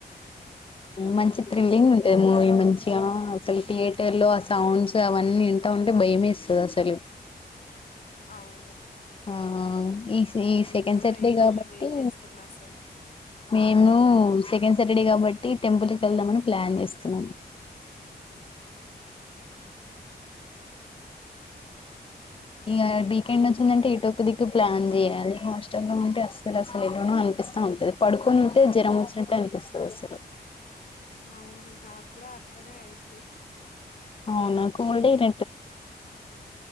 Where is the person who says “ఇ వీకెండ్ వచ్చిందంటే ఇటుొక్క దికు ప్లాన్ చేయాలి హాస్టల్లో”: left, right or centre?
Left